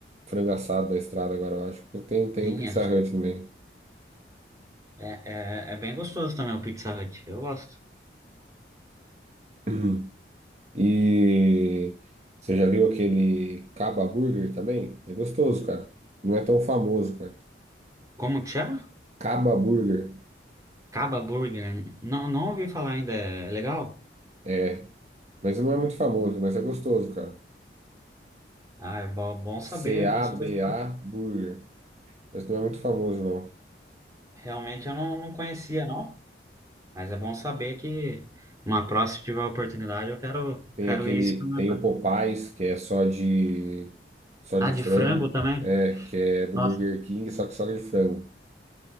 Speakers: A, on the right; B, on the right.
A: frango assado da estrada agora, eu acho. Tem, tem
B: sim,
A: um Pizza
B: acho-
A: Hut também.
B: é, é, é bem gostoso também o Pizza Hut. Eu gosto.
A: <clears throat> E você já viu aquele Caba Burger também? É gostoso, cara. Não é tão famoso, cara.
B: Como que chama?
A: Caba Burger.
B: Caba Burger. Não, não ouvi falar ainda. É legal?
A: É, mas não é muito famoso, mas é gostoso, cara.
B: Ah, é bom, bom saber,
A: C-A-B-A
B: bom saber.
A: Burger. Mas não é muito famoso, não.
B: Realmente eu não, não conhecia, não. Mas é bom saber que uma próxima, se tiver oportunidade, eu quero,
A: Tem
B: quero
A: aquele,
B: ir experimentar.
A: tem o Popeyes, que é só de só
B: Ah,
A: de
B: de
A: frango,
B: frango também?
A: é, que é do
B: Nossa,
A: Burger King, só que só de frango.